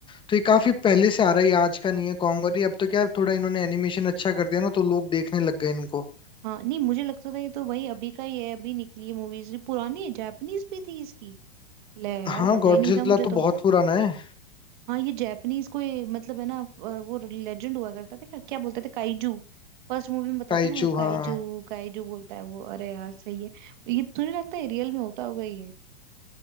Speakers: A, on the left; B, on the right.
A: तो ये काफी पहले से आ रहा है ये आज का नहीं है कॉन्ग और ये अब तो क्या है, थोड़ा इन्होंने एनिमेशन अच्छा कर दिया ना तो लोग देखने लग गए इनको
B: हाँ नहीं मुझे लगता था ये तो भाई अभी का ही है अभी निकली है मूवीज पुरानी है जापानीज भी थी इसकी ले यार
A: हाँ
B: पता
A: गॉडजिला
B: ही नहीं था मुझे
A: तो
B: तो
A: बहुत पुराना है
B: हाँ ये जापानीज कोई मतलब है ना फ- अ, वो लेजेंड हुआ करता था क्या क्या बोलते थे काइजू फर्स्ट मूवी में बताते
A: काइजू
B: हैं ना वो काइजू
A: हाँ
B: काइजू बोलता है वो अरे यार सही है ये तुझे लगता है रियल में होता होगा ये <laughs>